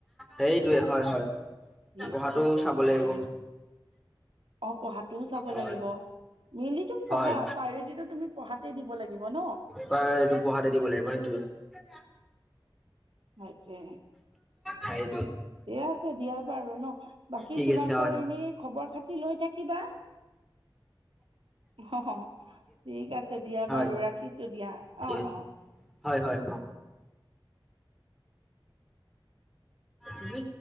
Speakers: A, in the centre; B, on the right.
A: সেইটোৱেই হয় হয়
B: সি
A: পঢ়াটো চাব
B: সেইটোৱে
A: লাগিব।
B: অ পঢ়াটোও চাব
A: হয়
B: লাগিব, ডেইলি ত পঢ়া
A: হয়
B: প্ৰাইভেটিতো তুমি পঢ়াতে দিব লাগিব ন।
A: প্ৰায় এইটো পঢ়াতে দিব লাগিব সেইটোৱেই।
B: মতে
A: হয় দে।
B: এয়া আছোঁ দিয়া বাৰু ন বাকী
A: ঠিক
B: তোমালোকৰ
A: আছে হয়,
B: এনেই খবৰ খাত তি লৈ থাকিবা। অ ঠিক আছে দিয়া
A: হয়,
B: বাৰু ৰাখিছোঁ দিয়া
A: ঠিক
B: অ
A: আছে,
B: অ।
A: হয় হ'য় অ। তুমি